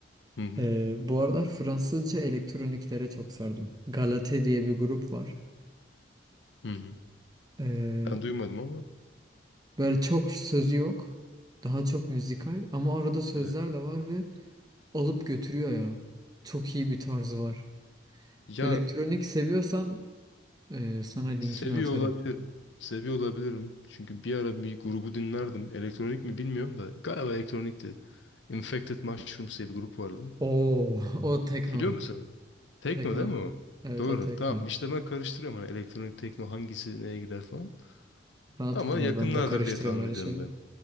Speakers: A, on the left; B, on the right.
A: Hı hı.
B: Ee, bu aralar Fransızca elektroniklere çok sardım. Galate diye bir grup var.
A: Hı hı.
B: Ee,
A: Ben duymadım ama.
B: böyle çok sözü yok. Daha çok müzikal ama arada sözler
A: Evet.
B: de var ve alıp götürüyor ya. Çok iyi bir tarzı var.
A: Ya
B: Elektronik seviyorsan e, sana linkini
A: seviyor
B: atarım.
A: olabilirim. Seviyor olabilirim. Çünkü bir ara bir grubu dinlerdim. Elektronik mi bilmiyorum da. Galiba elektronikti. Infected Mushrooms diye bir grup vardı.
B: Oo, <laughs> o tekno.
A: Biliyor musun? Tekno
B: Tekno.
A: değil mi o?
B: Evet
A: Doğru.
B: o tekno.
A: Tamam. İşte ben karıştırıyorum hani elektronik tekno hangisi neye girer falan.
B: Rahat
A: Ama
B: ol ya
A: yakınlardır
B: ben de karıştırıyorum
A: diye tahmin
B: öyle
A: ediyorum
B: şeyleri.
A: ben.